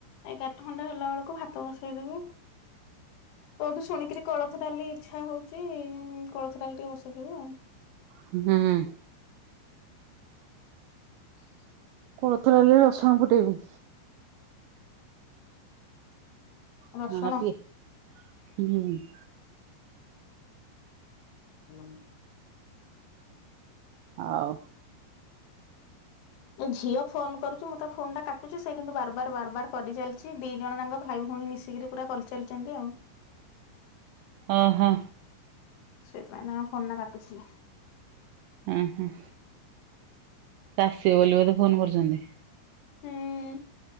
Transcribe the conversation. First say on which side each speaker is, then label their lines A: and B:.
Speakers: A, on the left; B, on the right.
A: ଏ କାଠ ଘଣ୍ଟା ହେଲା ବେଳକୁ ଭାତ ବସେଇଦବି। କୋଉଠୁ ଶୁଣିକିରି କୋଳଥ ଡାଲି ଇଚ୍ଛା ହଉଛି, କୋଳଥ ଡାଲି ଟିକେ ବସେଇଦେଇବି ଆଉ।
B: ହୁଁ ହୁଁ। କୋଳଥ ଡାଲିରେ ରସୁଣ ଫୁଟେଇବୁ। <unintelligible>
A: ରସୁଣ
B: ହୁଁ।
A: ହଁ।
B: ହଉ।
A: ମୋ ଝିଅ ଫୋନ କରୁଛି, ମୁଁ ତା ଫୋନ ଟା କାଟୁଛିି ସେ କିନ୍ତୁ ବାର୍ ବାର୍ ବାର୍ ବାର୍ କରିଚାଲିଛି, ଦି ଜଣ ଯାଙ୍କ ଭାଇ ଭଉଣୀ ମିଶିକିରି ପୁରା କରିଚାଲିଚନ୍ତି ଆଉ।
B: ଓ ହୋ।
A: ସେଇଥିପାଇଁ ତାଙ୍କ ଫୋନା କାଟୁଥିଲି।
B: ଉଁ ହୁଁ। ସିଏ ଆସିବ ବୋଲି ବୋଧେ ଫୋନ କରୁଚନ୍ତି।
A: ହୁଁ।